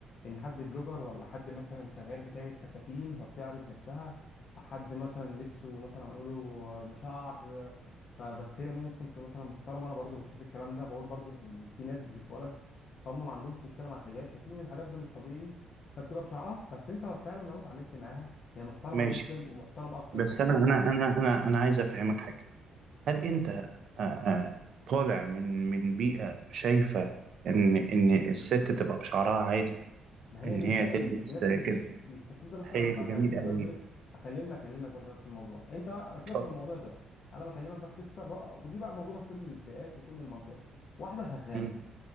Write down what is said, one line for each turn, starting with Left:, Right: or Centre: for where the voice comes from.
Left: ان حد بلوجر ولا حد مثلا شغال بتعمل فساتين فبتعرض نفسها حد مثلا لبسه مثلا نقوله بشعر فبس هي ممكن تكون مثلا محترمه انا برضو بشوف الكلام ده بقول برضو ان في ناس بتتولد هم ما عندهمش مشكله مع الحجاب شايفين ان الحجاب ده مش طبيعي فبتبقى بشعرها بس انت لو فعلا لو اتعاملت معاها هي محترمه
Right: ماشي
Left: جدا ومحترمه اكتر
Right: بس
Left: من حاجه
Right: انا
Left: تانيه
Right: انا انا انا انا عايز افهمك حاجه هل انت آه، آه، طالع من من بيئة شايفة ان ان الست تبقى بشعرها عادي
Left: ما هي
Right: ان
Left: مش
Right: هي
Left: بقى
Right: تلبس
Left: مش نفس البيئه
Right: كده
Left: مش بس انت بص
Right: حلو
Left: انا ما
Right: جميل
Left: خلتنيش برضو
Right: قوي
Left: ايه اكلمنا اكلمك برضو نفس الموضوع انت بقى سيبك
Right: اتفضل
Left: من الموضوع ده انا بكلمك بقى في قصه بقى ودي بقى موجوده في كل البيئات وكل المنطقه واحده شغاله
Right: مم.